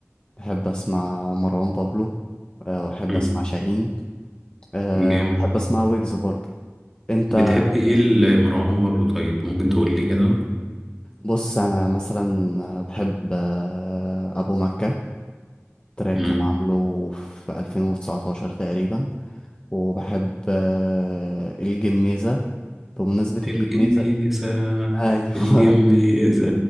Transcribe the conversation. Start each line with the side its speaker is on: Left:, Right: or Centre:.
Left: بحب اسمع مروان بابلو آه، وأحب
Centre: مم.
Left: أسمع شاهين آه،
Centre: جامد
Left: وبحب أسمع ويجز برضه أنت
Centre: بتحب ايه لمروان بابلو طيب ممكن تقول لي كده
Left: بص أنا مثلا بحب آه، أبو مكة تراك
Centre: مم.
Left: كان عامله في 2019 تقريبا وبحب آه، الجميزة بمناسبة الجميزة
Centre: الجميسة
Left: أيوه
Centre: الجميسة